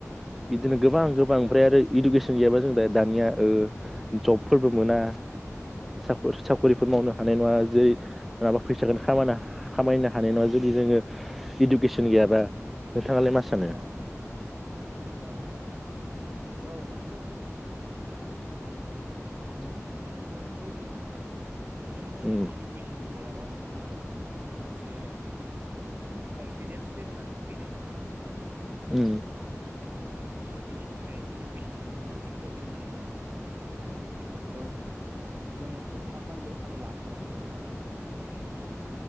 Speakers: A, in the centre; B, on the right.
A: इदिनो गोबां गोबां ओमफ्राय आरो इडुकेसन गैयाबा जों दा दानिया ओ जबफोरबो मोना साखर साखरिफोर मावनो हानाय नङा
B: औ
A: जै नङाबा फैसाखौनो खामायनो खामायनो हानाय नङा जुदि जोङो इडुकेसन गैयाबा नोंथाङालाय मा सानो
B: औ औ औ औ नंगौ बेथ' नंगौ नोंथां।
A: <unintelligible>
B: बेथ' ट्रुलि नोंथारगौ जोङो
A: उम
B: नै इडुकेसन गैयाबा जोंहा मोनसे जोंहा कनफिदेन्स लेभेलानो फैनाय नङा
A: उम
B: स' बिनि थाखाय इडुकेसना बुहुद इम्परटेन्ट आरो बेफोर खौ जोङो होथारनांगौ आरो लाथारनांगौ आरो जोङो इडुकेसनसखौ